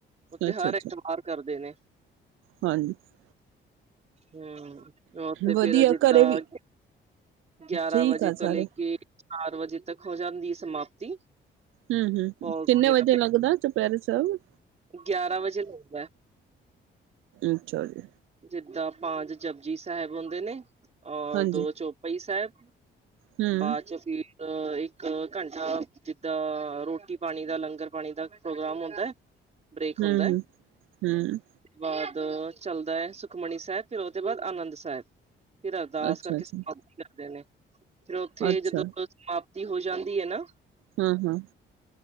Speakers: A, on the right; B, on the right.
A: ਉੱਥੇ
B: ਅੱਛਾ-ਅੱਛਾ
A: ਹਰਏਕ <unintelligible> ਕਰਦੇ ਨੇ
B: ਹਾਂਜੀ
A: ਹਮ, ਉੱਥੇ
B: ਵਧੀਆ
A: ਫੇਰ ਜਿੱਦਾਂ
B: ਘਰੇ ਵੀ
A: ਗਿਆਰਾਂ
B: ਠੀਕ
A: ਵਜੇ
B: ਆ
A: ਤੋਂ
B: ਸਾਰੇ
A: ਲੈ ਕੇ ਚਾਰ ਵਜੇ ਤੱਕ ਹੋ ਜਾਂਦੀ ਐ ਸਮਾਪਤੀ
B: ਹਮ-ਹਮ
A: ਭੋਗ
B: ਕਿੰਨੇ
A: ਵਗੈਰਾ
B: ਵਜੇ
A: ਪੈ
B: ਲੱਗਦਾ ਚੁਪਹਿਰੇ ਸਾਹਿਬ
A: ਗਿਆਰਾਂ ਵਜੇ ਲੱਗਦਾ।
B: ਅੱਛਾ ਜੀ
A: ਜਿੱਦਾਂ ਪੰਜ ਜਪੁਜੀ ਸਾਹਿਬ ਹੁੰਦੇ ਨੇ ਔਰ
B: ਹਾਂਜੀ
A: ਦੋ ਚੋਪਈ ਸਾਹਿਬ।
B: ਹੂੰ,
A: ਬਾਅਦ ਚ ਫਿ ਅ ਇੱਕ ਘੰਟਾ ਜਿੱਦਾਂ ਰੋਟੀ ਪਾਣੀ ਦਾ, ਲੰਗਰ ਪਾਣੀ ਦਾ ਪ੍ਰੋਗਰਾਮ ਹੁੰਦਾ ਐ। ਬ੍ਰੇਕ
B: ਹੂੰ,
A: ਹੁੰਦਾ
B: ਹੂੰ, ਹੂੰ
A: ਬਾਅਦ ਚੱਲਦਾ ਹੈ, ਸੁਖਮਣੀ ਸਾਹਿਬ ਫਿਰ ਉਹਦੇ ਬਾਅਦ ਆਨੰਦ ਸਾਹਿਬ ਫਿਰ ਅਰਦਾਸ
B: ਅੱਛਾ-ਅੱਛਾ
A: ਕਰਕੇ ਕਰਦੇ ਨੇ, ਫਿਰ ਉੱਥੇ
B: ਅੱਛਾ
A: ਜਦੋਂ ਸਮਾਪਤੀ ਹੋ ਜਾਂਦੀ ਹੈ ਨਾ
B: ਹਮ-ਹਮ